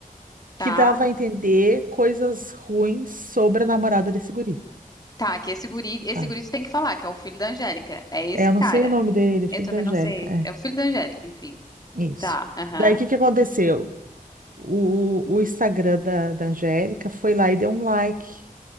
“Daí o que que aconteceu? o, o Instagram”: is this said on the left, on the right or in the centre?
Right